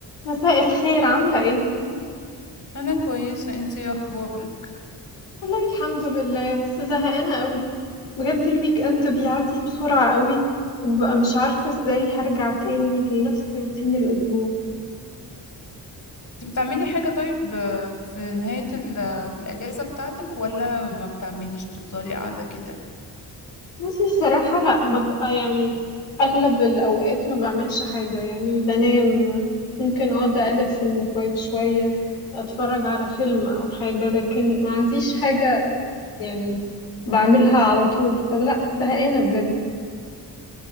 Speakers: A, on the left; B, on the left.
A: مساء الخير عاملة ايه؟
B: انا كويسه انتي إيه اخبارك
A: والله الحمد لله بس زهقانة قوي بجد الويك اند بيعدي بسرعة قوي وببقى مش عارفة ازاي هرجع تاني لنفس روتين الأسبوع
B: انتي بتعملي حاجه طيب آه، في نهايه ال آه، في الاجازه بتاعتك ولا ما بتعمليش بتفضلي قاعده كده
A: بصي الصراحة لأ ببقى يعني أغلب الأوقات ما بعملش حاجة يعني بنام ممكن أقعد أقلب في الموبايل شوية أتفرج على فيلم أو حاجة لكن ما عنديش حاجة يعني بعملها على طول فلأ زهقانة بجد